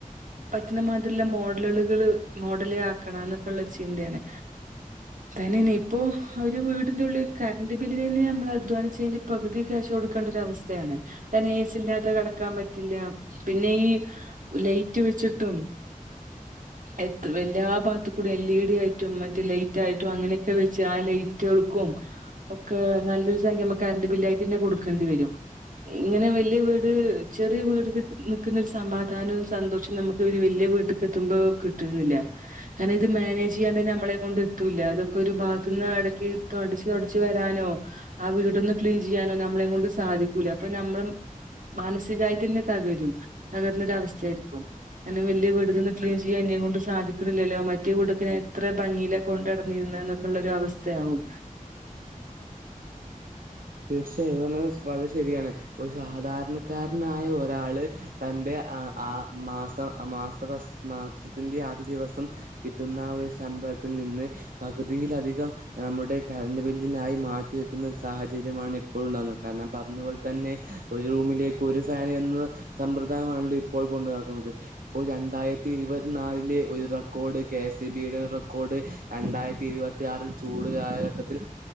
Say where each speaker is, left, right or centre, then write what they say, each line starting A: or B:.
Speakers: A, on the right; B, on the right.
A: പറ്റുന്ന മാതിരില്ല മോഡലുകള് മോഡല് ആക്കണം എന്നൊക്കെുള്ളരു ചിന്തയാണ് തന്നെ തന്നെ ഇപ്പൊ അവര് വീടിന്റെ ഉള്ളി കറണ്ട്റ് ബില്ലിന തന്നെ നമ്മൾ അധ്വാനിചതിന്റെ കഴി പകുതി കാശ്കെ കൊടുക്കേണ്ടര അവസ്ഥയാണ് നെസ്ഇല്ലാതെകെ ാൻ പറ്റില്ല പിന്നെ ഈ ലൈറ്റ് വെച്ചിട്ടും എത്ര എല്ലാ ഭാഗത്ത കൂടി എൽ ഇ ഡി ആയിട്ടും മറ്റ് ലൈറ്റ് ആയിട്ടും അങ്ങനെയൊക്കെ വെച്ച് ആ ലൈറ്റുകൾക്കും ഒക്കെ നല്ലൊരു സംയം കറണ്ട് ബില്ലായിട്ട് തന്നെ കൊടുക്കേണ്ടി വരും ഇങ്ങനെ വല്യ വീട് ചെറിയ വീട് നിൽക്കുന്ന ഒരു സമാധാനവും സന്തോഷവും നമുക്ക് ഇര് വലിയ വീട്ടക്ക്െത്തുമ്പോൾ കിട്ടുന്നില്ല. ഞാര ഇത് മാനേജ് ചെയ്യാൻ തന്നെ നമ്മളെ കൊണ്ട് എത്തൂല്ല അതൊക്കെ ഒരു ബാഗത്തെന്ന് അ ടയ്ക്ക് തൊടച്ച് തൊടച്ച് വ ചെയാനോ അ വീടൊന്ന്ക്ളീൻ ചെയ്യാനോനമ്മളെകൊണ്ട് സാധിക്കൂലഅപ്പൊ ഞമ്മളും മനസി തായിതന്നെ തകരും തകർന്നൊര അവസ്ഥആയിപ്പോം അങ്ങനെവല്യവീടു ക്ലീൻ ചെയ്യാൻ എന്നെ കൊണ്ട് സാധിക്കനില്ലല്ലോ മറ്റേവീടൊക്കെഞാൻ എത്ര ഭംഗിയിലെ കൊണ്ടടന്നിരുന്ന എന്നൊക്കെ ഉള്ള ഒരു അവസ്ഥ ആവും
B: തീർച്ചയായത് നീപറഞ്ഞെ വളരെ ശരിയാണ് ഒരു സാധാരണക്കാരനായ ഒരാള് തന്റെഅ ആ മാസ മാസവസ് മാസത്തിന്റെ ആദ്യ ദിവസം കിട്ടുന്ന ഒരു ശമ്പളത്തിൽ നിന്ന് പകുതിയില അധികം നമ്മുടെ കറണ്ട് ബില്ലിനായി മാറ്റിവ വെക്കുന്ന സാഹച രുമാണ് ഇപ്പോഴും ഉണ്ടകുന്ന കാരണംഞാൻ പറഞ്ഞ പോലെ തന്നെ ഒരു റൂമിലേക്ക് ഒരു ഫൻ എന്ന സമ്പ്രദ ആണല്ലോ ഇപ്പോൾ കൊണ്ട് നടക്കുന്നത് ഇപ്പോൾ രണ്ടായിരത്തി ഇരുപത്തിനാലിലെ ഒരു റെക്കോർഡ് കെ എസ് ഇ ബിയുടെ റെക്കോർഡ് രണ്ടായിരത്തി ഇരുപത്തിയാറിൽ ചൂട് കാലഘട്ടത്തിൽ